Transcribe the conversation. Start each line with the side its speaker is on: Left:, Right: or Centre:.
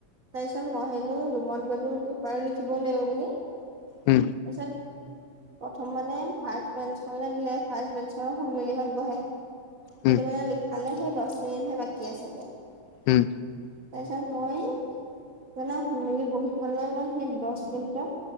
Right: তাৰপিছত মই হেনো ৰুমত গৈতো তোৰ দুবাৰ লিখিবও লাগিব বুলি।
Left: উম
Right: তাৰপিছত প্ৰথম মানে ফাৰ্ষ্ট বেঞ্চখনলে দিলে ফাৰ্ষ্ট বেঞ্চখনৰ সোণমেলিহঁত বহে। সেইটো
Left: উম
Right: মানে লিখালে সেই দছ মিনিটহে বাকী আছেগে।
Left: উম।
Right: তাৰপিছত মই জানা সোণমেলি বহীখনলৈ মই সেই দছ মিনিটত